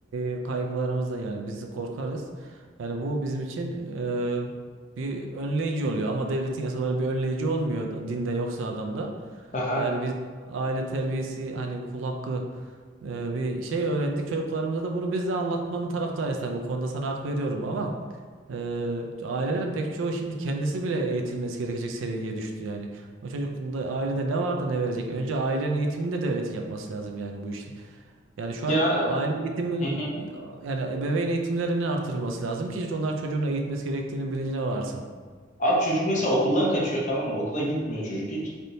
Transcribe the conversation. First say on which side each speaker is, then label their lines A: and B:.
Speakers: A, on the right (about 80°); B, on the left (about 40°).
A: e, kaygılarımızdan yani biz korkarız. Yani bu bizim için e, bir önleyici oluyor ama devletin yasaları bir önleyici olmuyor da- dinde yoksa adamda.
B: Aha.
A: Yani biz aile terbiyesi hani kul hakkı e, bir şey öğrendik. Çocuklarımıza da bunu biz de anlatmanın taraftarıyız tabii. Bu konuda sana hak veriyorum ama e, ailelerin pek çoğu şimdi kendisi bile eğitilmesi gerekecek seviyeye düştü yani. O çocuk da ailede ne var da ne verecek? Önce ailenin eğitimini de devletin yapması lazım yani bu işi. Yani şu
B: Ya
A: an aile eğitimi
B: hı hı.
A: yani ebeveyn eğitimlerinin artırılması lazım ki onlar çocuğunu eğitmesi gerektiğinin bilincine varsın.
B: abi çocuk mesela okuldan kaçıyor tamam mı? Okula gitmiyor çocuk hiç.